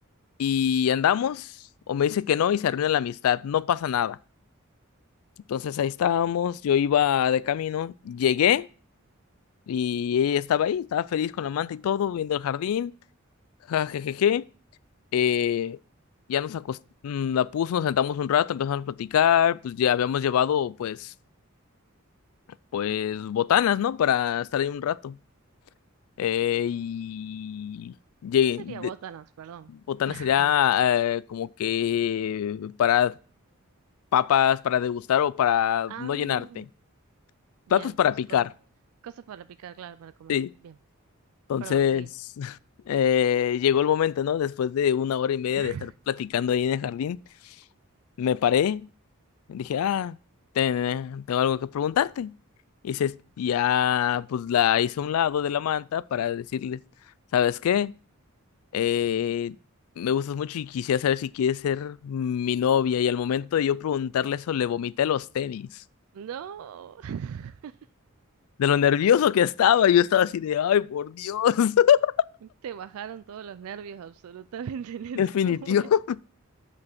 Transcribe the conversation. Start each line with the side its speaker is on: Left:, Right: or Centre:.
Left: y andamos, o me dice que no y se arruina la amistad, no pasa nada. Entonces ahí estábamos, yo iba de camino, llegué y ella estaba ahí, estaba feliz con la manta y todo, viendo el jardín, jajajaja. Eh, ya nos acostamos, la puso, nos sentamos un rato, empezamos a platicar, pues ya habíamos llevado pues pues botanas, ¿no? Para estar ahí un rato. Eh, y llegué-
Right: ¿Qué sería
Left: de-
Right: botanas? Perdón.
Left: botanas
Right: <laughs> Ajá.
Left: sería eh, como que para papas, para degustar o para
Right: Ah,
Left: no llenarte.
Right: bien,
Left: Platos para
Right: cos-
Left: picar.
Right: cosas, cosas para picar, claro, para comer.
Left: Sí.
Right: Bien,
Left: Entonces,
Right: perdón, seguí.
Left: <laughs> eh, llegó el momento, ¿no? Después de una hora y media
Right: <laughs>
Left: de estar platicando ahí en el jardín, me paré, dije, ah, ten- tengo algo que preguntarte. Y se, ya, pues la hice a un lado de la manta para decirles, ¿sabes qué? eh, me gustas mucho y quisiera saber si quieres ser mi novia. Y al momento de yo preguntarle eso, le vomité los tenis.
Right: No, <laughs>
Left: De lo nervioso que estaba, yo estaba así de, ay, por Dios, <laughs>
Right: te bajaron todos los nervios absolutamente en ese
Left: definitivo.
Right: momento.